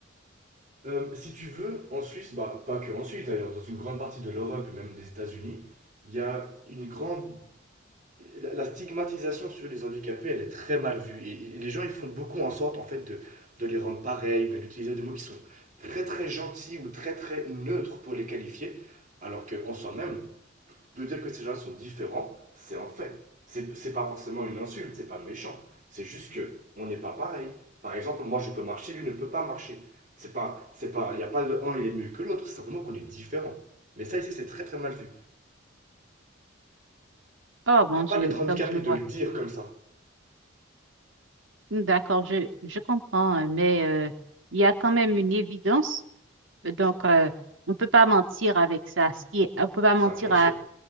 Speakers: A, on the right; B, on the right.
A: Euh, si tu veux, en Suisse, bah, pas que en Suisse d'ailleurs, dans une grande partie de l'Europe et même des États-Unis, il y a une grande. La la stigmatisation sur les handicapés, elle est très mal vue. Et, et les gens, ils font beaucoup en sorte, en fait, de, de les rendre pareils, de d'utiliser des mots qui sont très, très gentils ou très, très neutres pour les qualifier, alors qu'en soi-même, De dire que ces gens sont différents, c'est un fait. C'est pas forcément une insulte, c'est pas méchant. C'est juste que on n'est pas pareil. Par exemple, moi je peux marcher, lui ne peut pas marcher. C'est pas, c'est pas, il n'y a pas de un il est mieux que l'autre, c'est simplement qu'on est différent. Mais ça ici c'est très très mal vu.
B: Oh mon
A: Pas, pas
B: Dieu,
A: d'être handicapé,
B: donc je vois.
A: de le dire comme ça.
B: D'accord, je, je comprends, euh, mais euh, il y a quand même une évidence. Donc, euh, on peut pas mentir avec ça. Ce qui est- on peut pas
A: Ça,
B: mentir
A: bien sûr.